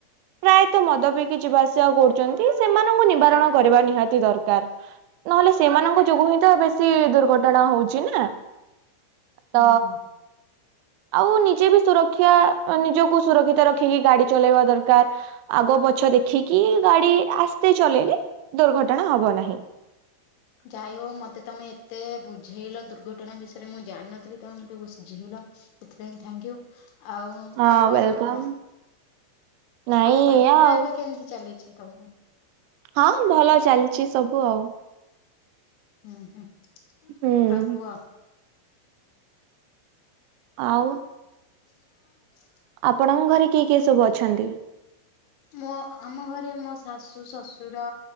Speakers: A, on the right; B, on the left.
A: ପ୍ରାୟତଃ ମଦ ପିଇକି ଯିବା ଆସିବା କରୁଛନ୍ତି ସେମାନଙ୍କୁ ନିବାରଣ କରିବା ନିହାତି ଦରକାର। ନହେଲେ ସେମାନଙ୍କ ଯୋଗୁ ହିଁ ତ ବେଶୀ ଦୁର୍ଘଟଣା ହଉଛି ନା।
B: ହୁଁ।
A: ତ ଆଉ ନିଜେ ବି ସୁରକ୍ଷା ଅ ନିଜକୁ ସୁରକ୍ଷିତ ରଖିକି ଗାଡ଼ି ଚଲେଇବା ଦରକାର। ଆଗ ପଛ ଦେଖିକି ଗାଡ଼ି ଆସ୍ତେ ଚଲେଇଲେ ଦୁର୍ଘଟଣା ହବ ନାହିଁ।
B: ଯାଇ ହଉ ମତେ ତମେ ଏତେ ବୁଝେଇଲ ଦୁର୍ଘଟଣା ବିଷୟରେ ମୁଁ ଜାଣିନଥିଲି ତମେ ମତେ ବୁସ୍ ଝେଇଲ। ଏଥିପାଇଁ ଥାଙ୍କ୍ ୟୁ ଆଉ
A: ହଁ
B: ଆଉ କଣ
A: ୱେଲକମ୍
B: କୁହ?
A: ନାଇଁ
B: ଆଉ ପାଠ
A: ଏଇଆ
B: ପଢ଼ା
A: ଆଉ
B: ଏବେ କେମିତି ଚାଲିଚି ତମର?
A: ହଁ ଭଲ ଚାଲିଚି ସବୁ ଆଉ।
B: ଉଁ ହୁଁ
A: ହୁଁ
B: ଆଉ କୁହ?
A: ଆଉ
B: <inaudible>
A: ଆପଣଙ୍କ ଘରେ କିଏ କିଏ ସବୁ ଅଛନ୍ତି?
B: ମୋ ଆମ ଘରେ ମୋ ଶାଶୁ ଶଶୁର